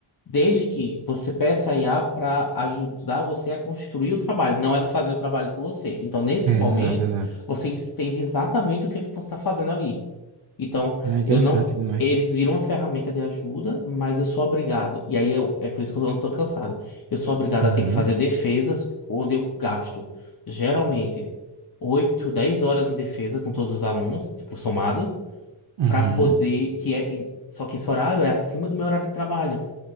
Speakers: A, on the left (about 45°); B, on the right (about 60°).
A: Desde que você peça a IA para ajudar você a construir o trabalho, não ela fazer o trabalho por você. Então, nesse
B: É,
A: momento,
B: exato, exato.
A: você entende exatamente o que é que você está fazendo ali. Então,
B: Não, é interessante
A: eu não.
B: demais.
A: Eles viram uma ferramenta de ajuda, mas eu sou obrigado. E aí eu, é por isso que eu ando tão cansado. Eu sou obrigado
B: Uhum,
A: a ter que fazer defesas onde eu gasto geralmente 8, 10 horas em defesa com todos os alunos, tipo, somado,
B: uhum.
A: para poder. Que é, só que esse horário é acima do meu horário de trabalho,